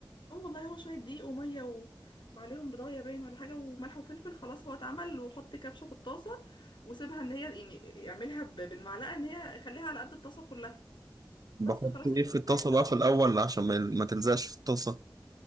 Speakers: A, on the left; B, on the right.
A: اه والله هو شوية دقيق ومية و... وعليهم بضاية باين ولا حاجة وملح وفلفل خلاص هو اتعمل وحط كبشة في الطاسة وسيبها ان هي يعني اعملها ب- بالمعلقة ان هي خليها على قد الطاسة كلها
B: بحط
A: بس خلاص
B: ايه
A: الكوباية
B: في الطاسه
A: اتعملت
B: بقى في الاول عشان ما ما تلزقش في الطاسه